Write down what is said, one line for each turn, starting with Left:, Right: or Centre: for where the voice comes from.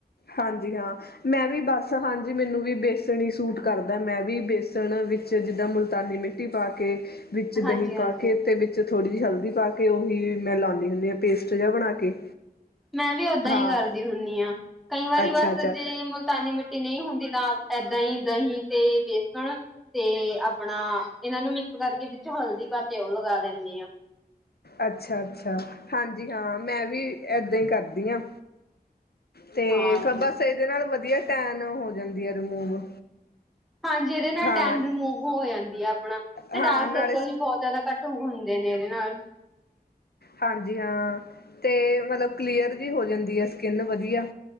Left: ਹਾਂਜੀ, ਹਾਂ। ਮੈਂ ਵੀ ਬਸ ਹਾਂਜੀ ਮੈਨੂੰ ਵੀ ਬੇਸਣ ਹੀ ਸੂਟ ਕਰਦਾ ਮੈਂ ਵੀ ਬੇਸਣ ਵਿੱਚ ਜਿੱਦਾਂ ਮੁਲਤਾਨੀ ਮਿੱਟ ਟੀ ਪਾ ਕੇ ਵਿੱਚ
Centre: ਹਾਂਜੀ-ਹਾਂਜੀ।
Left: ਦਹੀਂ ਪਾ ਕੇ ਤੇ ਵਿੱ ਚ ਥੋੜ੍ਹੀ ਜੀ ਹਲਦੀ ਪਾ ਕੇ ਉਹੀ ਮੈਂ ਲਾਨੀ ਹੁੰਨੀ ਆਂ ਪੇਸਟ ਜੇਆ ਬਣਾ ਕੇ।
Centre: ਮੈਂ ਵੀ ਓਦਾਂ
Left: ਹਾਂ
Centre: ਹੀ ਕਰਦੀ ਹੁੰਨੀ ਆਂ ਕਈ ਵਾਰੀ
Left: ਅੱਛਾ
Centre: ਬਸ
Left: ਅੱਛਾ
Centre: ਜੇ ਮੁਲਤਾਨੀ ਮਿੱਟੀ ਨਈ ਹੁੰਦੀ ਤਾਂ ਏਦਾਂ ਈ ਦਹੀਂ ਤੇ ਵੇਸਣ। ਤੇ ਆਪਣਾ ਇਨਾਂ ਨੂੰ ਮਿਕਸ ਕਰਕੇ ਵਿੱਚ ਹਲਦੀ ਪਾਕੇ ਓ ਲਗਾ ਲੈਂਨੀ ਆਂ।
Left: ਅੱਛਾ, ਅੱਛਾ ਹਾਂਜੀ ਹਾਂ, ਮੈਂ ਵੀ ਏਦਾਂ ਈ ਕਰਦੀ ਆਂ। ਤੇ
Centre: ਹਾਂਜੀ,
Left: ਫਰ ਬਸ ਇਦੇ ਨਾਲ ਵਧੀਆ ਟੈਨ ਹੋ ਜਾਂਦੀ ਆ ਰਿਮੂਵ।
Centre: ਹਾਂਜੀ ਇਦੇ ਨਾਲ
Left: ਹਾਂ
Centre: ਟੈਨ ਰਿਮੂਵ ਹੋ ਜਾਂਦੀ ਆ ਆਪਣਾ ਤੇ
Left: ਹਾਂ
Centre: ਡਾਰਕ
Left: ਨਾਲੇ
Centre: ਸਰਕਲ ਵੀ ਬੌਤ ਜ਼ਿਆਦਾ ਘੱਟ ਹੁੰਦੇ ਨੇ ਇਦੇ ਨਾਲ।
Left: ਹਾਂਜੀ, ਹਾਂ ਤੇ ਮਲਬ ਕਲੀਅਰ ਜਿ ਹੋ ਜਾਂਦੀ ਆ ਸਕਿਨ ਵਧੀਆ।